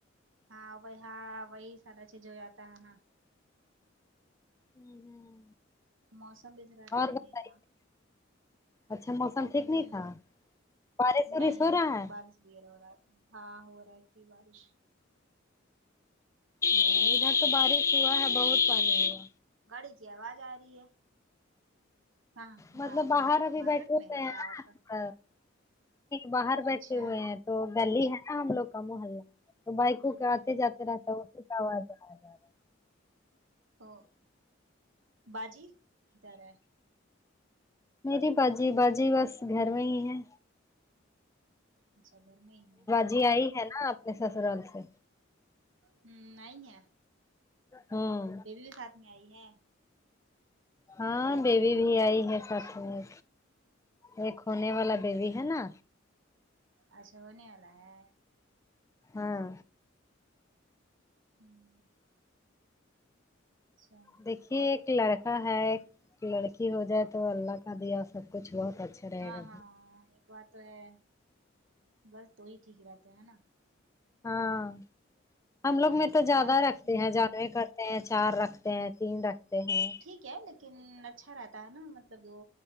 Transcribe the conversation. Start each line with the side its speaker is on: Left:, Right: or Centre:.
Right: ہاں بھائی ہاں وہی سارا چیز جو آتا ہے نا
Left: ہوں ہوں
Right: موسم بھی ذرا ٹھیک
Left: اور
Right: نہیں
Left: بتائیے
Right: تھا
Left: اچھا موسم ٹھیک
Right: ہوں
Left: نہیں تھا بارش وارش
Right: نہیں
Left: ہو رہا ہے
Right: بارش یر ہو رہا تھا ہاں ہو رہی تھی بارش
Left: ہ ادھر تو بارش ہوا ہے بہت پانی میں
Right: گاڑی کی آواز آ رہی ہے ہاں
Left: مطلب
Right: ما
Left: باہر ابھی
Right: مارکیٹ
Left: بیٹھے ہوئے
Right: میں
Left: ہیں
Right: کیا آپ کا
Left: نا باہر بیٹھے
Right: اچھا
Left: ہوئے ہیں تو گلی ہے نا ہم لوگ کا محلہ تو بائکوں
Right: ہوں ہ
Left: کے آتے جاتے رہتا ہے وہ آواز ا جا رہا ہے
Right: او باجی کیدار ہے
Left: میری باجی باجی بس گھر میں ہی ہے
Right: اچھا گھر میں ہی ہے
Left: جی آئی ہے نا اپنے سسرال سے
Right: ہوں نہیں ہے
Left: ہوں
Right: بیبی بھی ساتھ میں آئی ہے
Left: ہاں بیبی بھی آئی ہے ساتھ
Right: اچھا ہوں
Left: میں ایک ہونے
Right: ہوں
Left: والا بیبی ہے نا
Right: اچھا ہونے والا ہے
Left: ہاں
Right: ہوں اچھا
Left: دیکھیے ایک لڑکا ہے ایک لڑکی ہو جائے تو اللہ کا دیا سب کچھ بہت اچھا رہے
Right: ہاں
Left: گا
Right: ہاں ایک بات تو ہے بس دو ہی ٹھیک رہتا ہے نا
Left: ہاں ہم لوگ میں تو زیادہ
Right: اور
Left: رکھتے
Right: نہیں
Left: ہیں جان بھی کرتے ہیں چار رکھتے ہیں تین رکھتے ہیں
Right: کیا لیکن اچھا رہتا ہے نا مطلب وہ